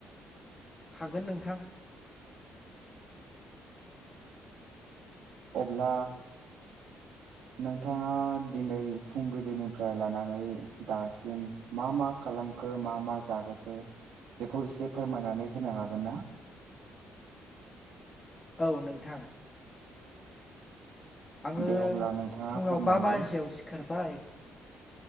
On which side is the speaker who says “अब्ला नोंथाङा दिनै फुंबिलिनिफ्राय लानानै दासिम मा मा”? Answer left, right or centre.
Right